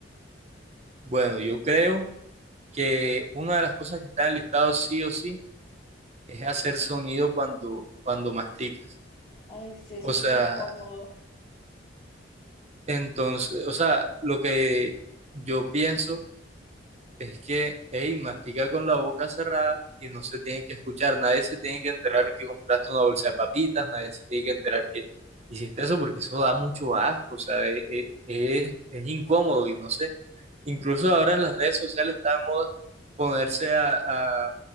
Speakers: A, on the right (about 35°); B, on the left (about 30°).
A: Bueno, yo creo que una de las cosas que está en el listado sí o sí es hacer sonido cuando, cuando masticas.
B: Ay, sí, eso
A: O
B: es
A: sea,
B: muy incómodo.
A: entonces, o sea, lo que yo pienso Es que, hey, mastica con la boca cerrada y no se tiene que escuchar. Nadie se tiene que enterar que compraste una bolsa de papitas, nadie se tiene que enterar que hiciste eso porque eso da mucho asco, o sea, es, es- es es incómodo y no sé. Incluso ahora en las redes sociales está de moda ponerse a, a